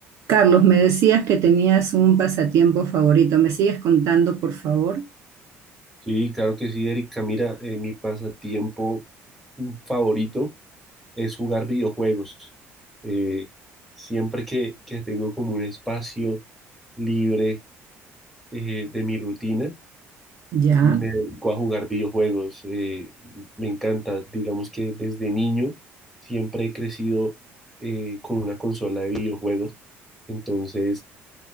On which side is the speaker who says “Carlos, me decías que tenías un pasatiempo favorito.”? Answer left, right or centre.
Right